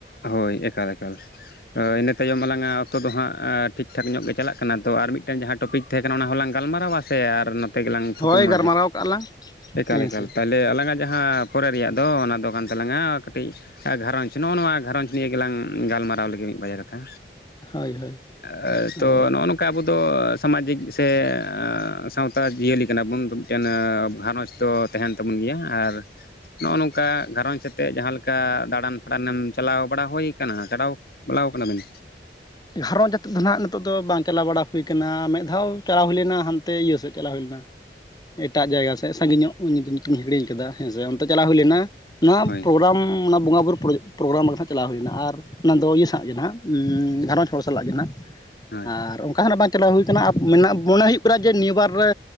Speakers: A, on the left (about 55°); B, on the left (about 20°).
A: ᱦᱳᱭ ᱮᱠᱟᱞ ᱮᱠᱟᱞ ᱤᱱᱟᱹ ᱛᱟᱭᱚᱢ ᱟᱞᱟᱝᱟᱜ ᱚᱠᱛᱚ ᱫᱚ ᱦᱟᱸᱜ ᱴᱷᱤᱠ ᱴᱷᱟᱠ ᱧᱚᱜ ᱜᱮ ᱪᱟᱞᱟᱜ ᱠᱟᱱᱟ ᱛᱚ ᱟᱨ ᱢᱤᱫᱴᱟᱝ ᱡᱟᱦᱟᱸ ᱴᱚᱯᱤᱠ ᱛᱟᱦᱮᱸ ᱠᱟᱱᱟ ᱚᱱᱟ ᱦᱚᱸᱞᱟᱝ ᱜᱟᱞᱢᱟᱨᱟᱣᱟ ᱥᱮ ᱟᱨ ᱱᱚᱛᱮ ᱜᱮᱞᱟᱝ ᱛᱷᱩᱠᱟᱹᱢᱟ?
B: ᱦᱳᱭ ᱜᱟᱞᱢᱟᱨᱟᱣ ᱠᱟᱜᱼᱟ ᱞᱟᱝ
A: ᱮᱠᱟᱞ
B: ᱦᱮᱸ
A: ᱮᱠᱟᱞ
B: ᱥᱮ
A: ᱞᱮ ᱟᱞᱟᱝᱟᱜ ᱡᱟᱦᱟᱸ ᱯᱚᱨᱮ ᱨᱮᱭᱟᱜ ᱫᱚ ᱚᱱᱟ ᱫᱚ ᱠᱟᱱ ᱛᱟᱞᱟᱝᱟ ᱠᱟᱹᱴᱤᱡ ᱜᱷᱟᱨᱚᱸᱡᱽ ᱱᱚᱜᱼᱚ ᱱᱚᱣᱟ ᱜᱷᱟᱨᱚᱸᱡᱽ ᱱᱤᱭᱮᱹ ᱜᱮᱞᱟᱝ ᱜᱟᱞᱢᱟᱨᱟᱣ ᱞᱮᱜᱮ ᱢᱤᱫ ᱵᱟᱨᱭᱟ ᱠᱟᱛᱷᱟ,
B: ᱦᱳᱭ ᱦᱳᱭ
A: ᱮᱸ ᱛᱚ
B: ᱟᱫᱚ
A: ᱱᱚᱜᱼᱚ ᱱᱚᱝᱠᱟ ᱟᱵᱚᱫᱚ ᱥᱟᱢᱟᱡᱤᱠ ᱥᱮ ᱥᱟᱶᱛᱟ ᱡᱤᱭᱟᱹᱞᱤ ᱠᱟᱱᱟᱵᱚᱱ ᱢᱤᱫᱴᱮᱱ ᱜᱷᱟᱨᱚᱸᱡᱽ ᱫᱚ ᱛᱟᱦᱮᱱ ᱛᱟᱵᱚᱱ ᱜᱮᱭᱟ ᱟᱨ ᱱᱚᱜᱼᱚ ᱱᱚᱝᱠᱟ ᱜᱷᱟᱨᱚᱸᱡᱽ ᱟᱛᱮᱫ ᱡᱟᱦᱟᱸ ᱞᱮᱠᱟ ᱫᱟᱬᱟᱱ ᱯᱷᱟᱲᱟᱱ ᱮᱢ ᱪᱟᱞᱟᱣ ᱵᱟᱲᱟ ᱦᱩᱭ ᱠᱟᱱᱟ ᱪᱟᱞᱟᱣ ᱵᱟᱲᱟ ᱠᱟᱱᱟᱵᱤᱱ?
B: ᱜᱷᱟᱨᱚᱸᱡᱽ ᱟᱛᱮᱫ ᱫᱚ ᱱᱷᱟᱜ ᱱᱤᱛᱚᱜ ᱫᱚ ᱵᱟᱝ ᱪᱟᱞᱟᱣ ᱵᱟᱲᱟ ᱦᱩᱭ ᱠᱟᱱᱟ ᱢᱮᱫ ᱫᱷᱟᱣ ᱪᱟᱞᱟᱣ ᱦᱩᱭ ᱞᱮᱱᱟ ᱦᱟᱱᱛᱮ ᱤᱭᱟᱹ ᱥᱮᱫ ᱪᱟᱞᱟᱣ ᱦᱩᱭ ᱞᱮᱱᱟ ᱮᱴᱟᱜ ᱡᱟᱭᱜᱟ ᱥᱮᱫ ᱥᱟᱺᱜᱤᱧᱚᱜ ᱧᱩᱛᱩᱢ ᱤᱧ ᱦᱤᱲᱤᱧ ᱠᱟᱫᱟ ᱦᱮᱸᱥᱮ ᱚᱱᱛᱮ ᱪᱟᱞᱟᱣ ᱦᱩᱭ ᱞᱮᱱᱟ ᱱᱚᱣᱟ
A: ᱦᱳᱭ
B: ᱯᱨᱳᱜᱨᱟᱢ ᱚᱱᱟ ᱵᱚᱸᱜᱟ ᱵᱩᱨᱩ ᱯᱨᱳ ᱯᱨᱳᱜᱨᱟᱢ ᱨᱮᱦᱚᱸ ᱪᱟᱞᱟᱣ ᱦᱩᱭᱱᱟ ᱟᱨ ᱚᱱᱟ ᱫᱚ ᱤᱭᱟᱹ ᱥᱟᱸᱜ ᱜᱮ ᱱᱷᱟᱜ ᱩᱸᱻ ᱜᱷᱟᱨᱚᱸᱡᱽ ᱦᱚᱲ ᱥᱟᱞᱟᱜ ᱜᱮ ᱱᱷᱟᱜ
A: ᱦᱳᱭ
B: ᱟᱨ ᱚᱱᱠᱟ ᱦᱚᱱᱟᱜ ᱵᱟᱝ ᱪᱟᱞᱟᱣ ᱦᱩᱭ ᱠᱟᱱᱟ ᱟᱨ ᱢᱚᱱᱮ ᱦᱩᱭᱩᱜ ᱠᱟᱱᱟ ᱡᱮ ᱱᱤᱭᱟᱹᱵᱟᱨ ᱨᱮ